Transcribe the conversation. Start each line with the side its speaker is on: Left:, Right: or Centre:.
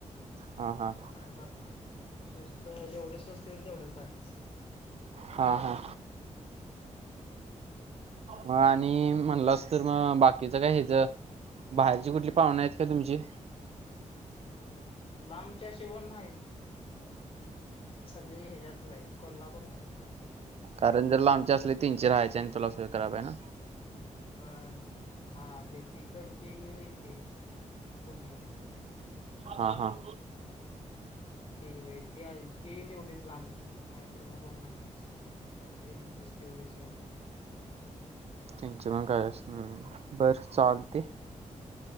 Right: हा हा
Left: काय कारणं मग स्वस्त जेवढे स्वस्त येईल तेवढंच बघायचं.
Right: हा हा. म आणि म्हणलं अस तर मग बाकीचा काय ह्याजा बाहेरची कुठली पाहुणे आहेत का तुमची?
Left: लांबच्या शेवण माहीत. सगळे ह्याच्यात आहेत कोल्हापूरमध्येच आहेत.
Right: कारण जर लांबचे असले तीनचे राहायचे आणि तुला सोय कराव्या ना.
Left: होय हा दीदीकडचे यो येतील. पुण्यातली
Right: हा हा.
Left: ते व्हय ते आहे ते तेवढेच लांबचे आहेत नाही तर मग कोण नाहीच. त्यंचीच तेवढी सोय का?
Right: त्यांचे पण काय अस हं बर चालते.